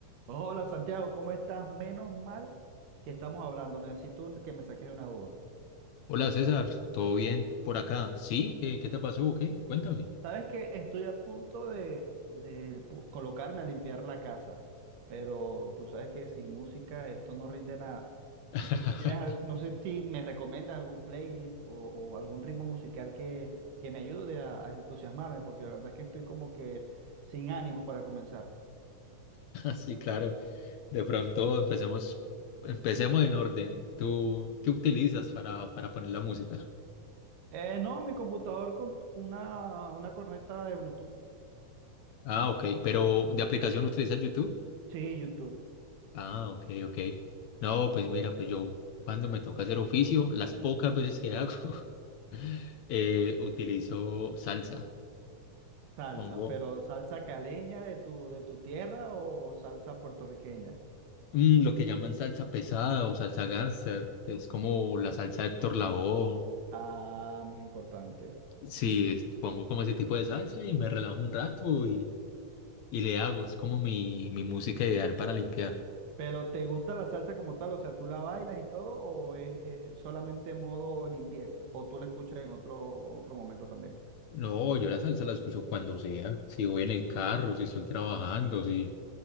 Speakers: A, on the right (about 80°); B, on the left (about 70°).
A: Hola Santiago, ¿cómo estás? Menos mal que estamos hablando. Necesito un- que me saques de una duda.
B: Hola César, ¿todo bien por acá? ¿Sí? ¿Qué, qué te pasó? ¿Qué? Cuéntame.
A: Sabes que estoy a punto de, de pu- colocarme a limpiar la casa, pero tú sabes que sin música esto no rinde nada.
B: <laughs>
A: No sé si tienes, al- no sé si me recomiendas algún playlist o, o algún ritmo musical que, que me ayude a, a entusiasmarme, porque la verdad es que estoy como que sin ánimos para comenzar.
B: Sí, claro. De pronto empecemos, empecemos en orden. ¿Tú qué utilizas para, para poner la música?
A: Eh, no, mi computador con una, una corneta de Bluetooth.
B: Ah, ok. ¿Pero de aplicación utilizas YouTube?
A: Sí, YouTube.
B: Ah, ok, ok. No, pues mira, pues yo cuando me toca hacer oficio, las pocas veces que hago, <laughs> eh, utilizo salsa.
A: Salsa,
B: Pongo
A: pero salsa caleña de tu, de tu tierra o, o salsa puertorriqueña.
B: mm, lo que llaman salsa pesada o salsa gánster, que es como la salsa de Héctor Lavoe
A: Ah, muy importante.
B: Sí, pongo como ese tipo de salsa y me relajo un rato y, y le hago. Es como mi, mi música ideal para limpiar.
A: Pero ¿te gusta la salsa como tal? O sea, ¿tú la bailas y todo o es, es solamente modo limpieza? ¿O tú la escuchas en otro, otro momento también?
B: No, yo la salsa la escucho cuando sea. Si voy en el carro, si estoy trabajando, si...